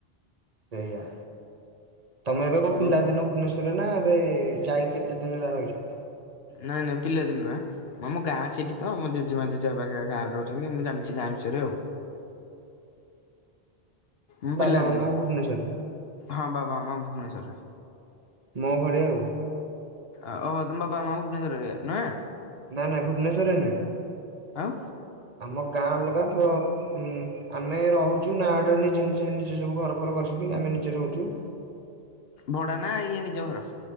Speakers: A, on the right; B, on the left.
A: ସେଇୟା। ତମେ ଏବେ କଣ ପିଲାଦିନୁ
B: ହଁ
A: ଭୁବନେଶ୍ଵରରେ ନା ଏବେ ଯାଇକି କେତେ ଦିନ ହେଲା ରହିଛ।
B: ନାଇଁ ନାଇଁ ପିଲା ଦିନୁ ଆଁ ଆମ ଗାଁ ସେଠି ତ ମୋ ଜେଜେମା ଜେଜେ ବା ପାଖରେ ଗାଁରେ ରହୁଛନ୍ତି ମୁଁ ଜାଣିଛି ଗାଁ। ଚେରେ ଆଉ। ମୁଁ
A: ବାବା
B: ପିଲା
A: ମାମା
B: ଦିନୁ ମୁଁ
A: ଭୁବନେଶ୍ୱରରେ
B: ହଁ ବାବା ମାମା ଭୁବନେଶ୍ଵରରେ।
A: ମୋ ଭଳିଆ ଆଉ।
B: ଓହୋ ତମ ବାବା ମାମା ଭୁବନେଶ୍ୱରରେ ନୁହେଁ।
A: ନାଇ ନାଇ ଭୁବନେଶ୍ଵରରେ ନୁହେଁ
B: ଆଉ
A: ଆମ ଗାଁ ଅଲଗା ଅଉଁ ଆମେ ରହୁଛୁ ନା ଆଡରେ ନିଜେ ନିଜେ ନିଜେ ସବୁ ଘର ଭର କରିଚୁ ଆମେ ନିଜେ ରହୁଚୁ।
B: ଭଡା ନା ଇଏ ନିଜ ଘର।